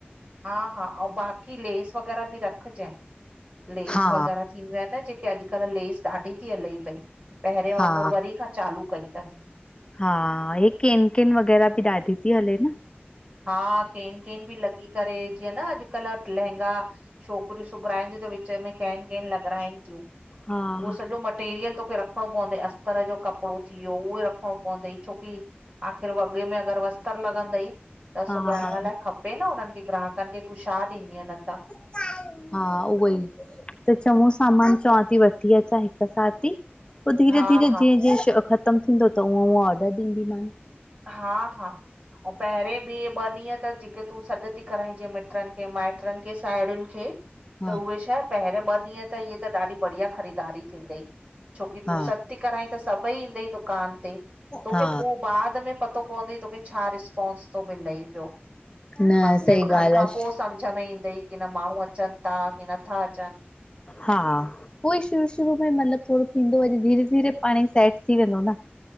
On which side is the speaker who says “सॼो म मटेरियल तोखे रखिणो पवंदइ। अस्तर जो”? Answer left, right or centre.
Right